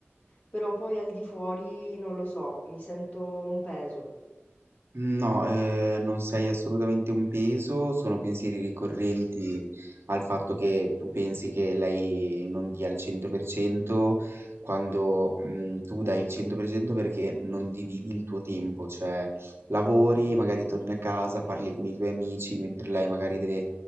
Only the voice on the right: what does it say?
No, ehm, non sei assolutamente un peso, sono pensieri ricorrenti al fatto che tu pensi che lei non dia il 100% quando, mhmm, tu dai il 100% perché non dividi il tuo tempo, cioè lavori, magari torni a casa, parli con i tuoi amici, mentre lei magari deve